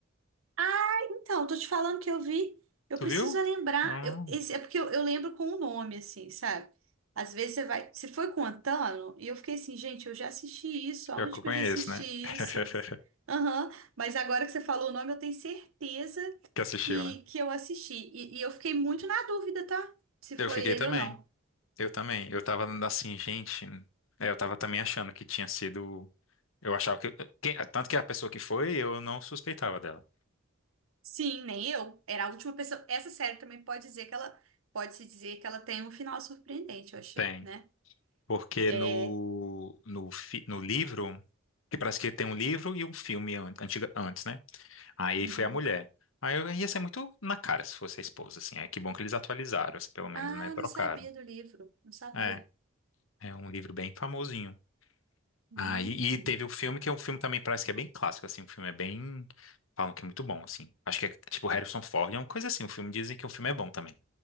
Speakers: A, on the right (about 80°); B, on the left (about 70°).
A: Ah, então, tô te falando que eu vi. Eu
B: Tu
A: preciso
B: viu?
A: lembrar.
B: Ah,
A: Eu, esse, é porque eu, eu lembro com o nome, assim, sabe? Às vezes você vai. Você foi contando, e eu fiquei assim, gente, eu já assisti isso. Aonde
B: eu que eu
A: que
B: conheço,
A: eu já assisti
B: né? <laughs>
A: isso? Aham, mas agora que você falou o nome, eu tenho certeza
B: Que assistiu,
A: que,
B: né?
A: que eu assisti. e e eu fiquei muito na dúvida, tá? Se foi
B: Eu fiquei
A: ele
B: também.
A: ou não.
B: Eu também. Eu tava assim, gente. é, eu tava também achando que tinha sido. Eu achava que, que- Tanto que a pessoa que foi, eu não suspeitava dela.
A: Sim, nem eu. Era a última pessoa. Essa série também pode dizer que ela pode se dizer que ela tem um final surpreendente, eu achei,
B: Tem.
A: né?
B: Porque
A: É.
B: no, no, fi- no livro, que parece que tem um livro e um filme an- antiga- antes, né? Aí
A: Uhum.
B: foi a mulher. Aí eu ia ser muito na cara se fosse a esposa, assim. É que bom que eles atualizaram, assim, pelo menos,
A: Ah,
B: né? Trocaram.
A: não sabia do livro. Não sabia.
B: É, é um livro bem famosinho.
A: Hum.
B: Ah, e, e teve o filme, que é um filme também parece que é bem clássico, assim. O filme é bem. Falam que é muito bom, assim. Acho que é tipo Harrison Ford, é uma coisa assim. O filme dizem que o filme é bom também.